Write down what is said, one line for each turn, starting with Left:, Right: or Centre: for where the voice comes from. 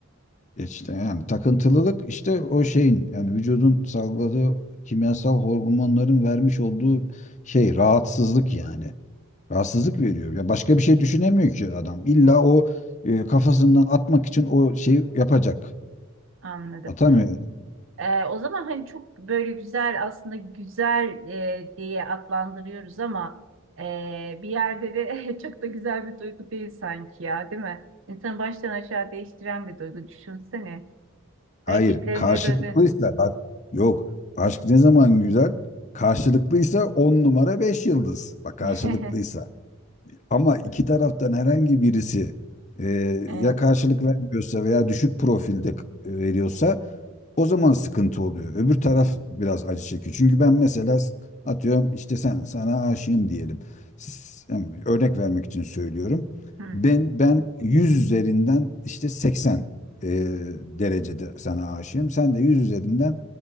Left: e, işte yani takıntılılık işte o şeyin yani vücudun salgıladığı kimyasal hormonların vermiş olduğu şey rahatsızlık yani. Rahatsızlık veriyor. Ya başka bir şey düşünemiyor ki adam. İlla o e, kafasından atmak için o şeyi yapacak.
Right: Anladım.
Left: Atamıyor.
Right: Ee, o zaman hani çok böyle güzel aslında güzel e, diye adlandırıyoruz ama e, bir yerde de <laughs> çok da güzel bir duygu değil sanki ya, değil mi? İnsanı baştan aşağı değiştiren bir duygu. Düşünsene.
Left: Hayır,
Right: Hareketlerinde
Left: karşılıklıysa
Right: duygu.
Left: bak yok. Aşk ne zaman güzel? Karşılıklıysa on numara beş yıldız. Bak karşılıklıysa.
Right: <laughs>
Left: ama iki taraftan herhangi birisi e,
Right: E,
Left: ya karşılık vermiyorsa veya düşük profilde k- veriyorsa o zaman sıkıntı oluyor. Öbür taraf biraz acı çekiyor. Çünkü ben mesela s- atıyorum işte sen sana aşığım diyelim. S- yani örnek vermek için söylüyorum.
Right: hı hı.
Left: Ben ben 100 üzerinden işte 80 e, derecede sana aşığım. Sen de 100 üzerinden